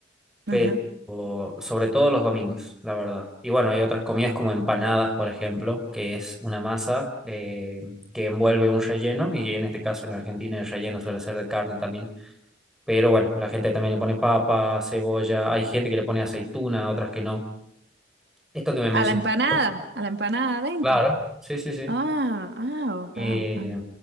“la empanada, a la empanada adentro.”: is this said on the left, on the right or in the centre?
Right